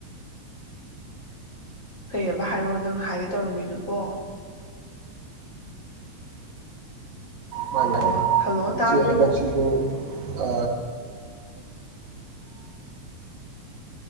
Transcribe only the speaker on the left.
ꯀꯩ ꯍꯥꯏꯕ ꯍꯥꯏꯔꯛꯣ ꯅꯪꯅ ꯍꯥꯏꯒꯦ ꯇꯧꯔꯝꯃꯤꯗꯨꯕꯣ
ꯑꯣ ꯍꯜꯂꯣ ꯇꯥꯕ꯭ꯔꯣ